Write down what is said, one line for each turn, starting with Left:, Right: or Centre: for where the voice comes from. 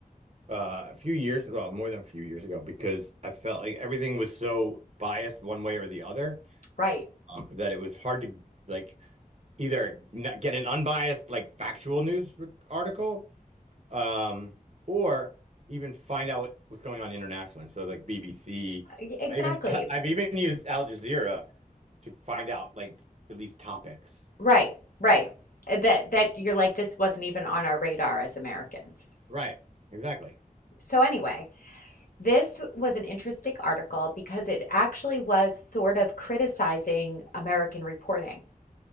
Right: uh, a few years, well, more than a few years ago, because I felt like everything was so biased one way or the other
Left: Right.
Right: um, that it was hard to like either n get an unbiased, like factual news r- article, um, or even find out what was going on internationally. So like BBC,
Left: Exactly.
Right: I even <laughs> I've even used Al Jazeera to find out like at least topics.
Left: Right, right. Uh, That that you're like this wasn't even on our radar as Americans.
Right: Right. Exactly.
Left: So anyway, this was an interesting article because it actually was sort of criticizing American reporting.